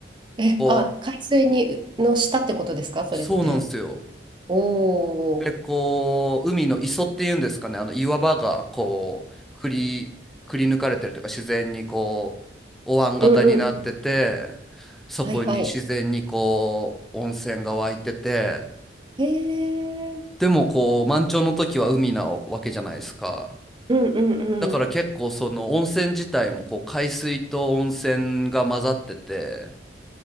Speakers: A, on the right; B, in the centre.
A: え、
B: こ
A: あ、海水に、の下ってことですかそれって。
B: う、そうなんですよ。
A: おお
B: で、こう、海の磯っていうんですかね、あの岩場がこう、くり、くり抜かれてるというか、自然にこう、お椀型になってて、
A: うんうんうんうん。
B: そこに自然にこう、
A: はいはい。
B: 温泉が湧いてて、
A: へえ。
B: でもこう、満潮の時は海なわけじゃないですか。
A: うんうんうん。
B: だから結構その温泉自体もこう、海水と温泉が混ざってて、